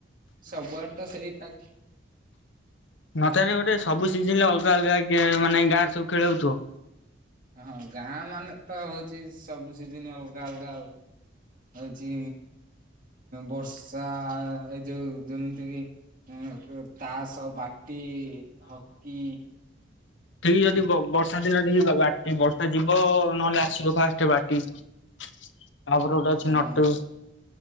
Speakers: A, on the right; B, on the left.
A: ସବୁଆଡ଼େତ ସେଇଟା
B: ନଥାଏନା ଗୋଟେ ସବୁ ସିଜିନ୍ ରେ ଅଲଗା ଅଲଗା କିଏ ମାନେ ଗାଁରେ ସବୁ ଖେଳଉଥିବ।
A: ହଁ ଗାଁ ମାନେ ତ ହଉଛି ସବୁ ସିଜିନ୍ ଅଲଗା ଅଲଗା ଆଉ। ହଉଛି ବର୍ଷା ଏଇ ଯୋଉ ଯେମିତି କି? ଉଁ ତାଆସ, ବାଟି, ହକି
B: ଠିକ୍ ଯଦି ବ ବର୍ଷା ଦିନରେ ଯ ବାଟି ବର୍ଷା ଯିବ ନହେଲେ ଆସିବ ଫାଷ୍ଟ ବାଟି। ତାପରେ ଗୋଟେ ଅଛି
A: ହଁ
B: ନଟୁ।